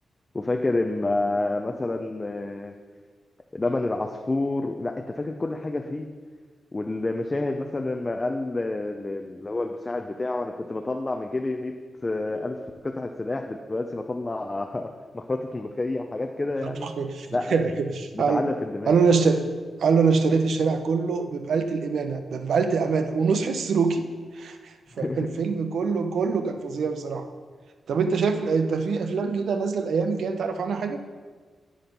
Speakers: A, on the left (about 25°); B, on the right (about 75°).
A: وفاكر اما مثلا آه، لبن العصفور لا انت فاكر كل حاجه فيه والمشاهد مثلا لما قال آه، اللي هو المساعد بتاعه انا كنت بطلع من جيبي 100 الف قطعه سلاح دلوقتي بطلع <laughs> مخرطه ملوخيه وحاجات كده
B: <laughs>
A: يعني لا يعني بتعلق
B: قال
A: في الدماغ
B: قال له انا اشتريت قال له انا اشتريت الشارع كله ببقالة الامانه ده ببقالة الامانه ونصح السلوكي <laughs>
A: <laughs>
B: فالفيلم كله كله كان فظيع بصراحه طب انت شايف ال- انت في افلام جديده نازله الايام الجايه انت تعرف عنها حاجه؟